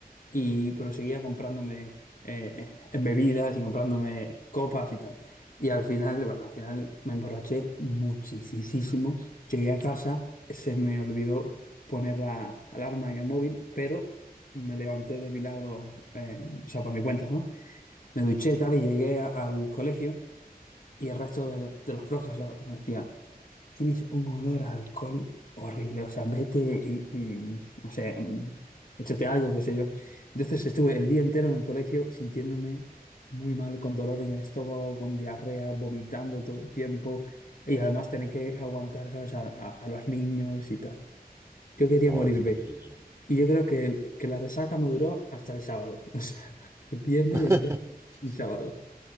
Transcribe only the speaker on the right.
No,
qué terrible.
<laughs>